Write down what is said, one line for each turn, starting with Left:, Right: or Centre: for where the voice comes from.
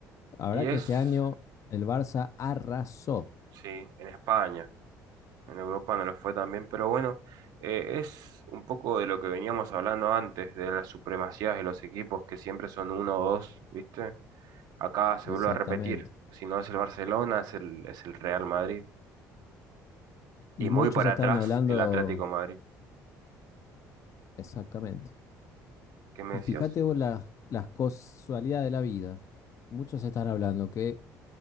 Left: Habrá
Right: Y es.
Left: que este año el Barça arrasó,
Right: Sí, en España, en Europa no lo fue tan bien, pero bueno, eh, es un poco de lo que veníamos hablando antes, de las supremacías de los equipos que siempre son uno o dos, ¿viste? Acá se
Left: exactamente.
Right: vuelve a repetir, si no es el Barcelona, es el, es el Real Madrid. Y
Left: Y
Right: muy
Left: muchos
Right: para
Left: estaban
Right: atrás,
Left: hablando,
Right: el Atlético Madrid.
Left: exactamente.
Right: ¿Qué me
Left: Y
Right: decías?
Left: fíjate vos las, las casualidades de la vida. Muchos están hablando que